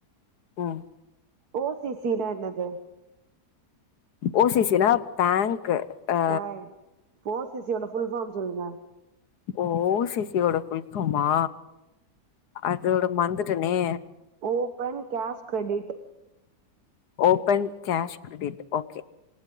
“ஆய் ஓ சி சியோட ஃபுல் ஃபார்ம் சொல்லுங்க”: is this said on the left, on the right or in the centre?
Right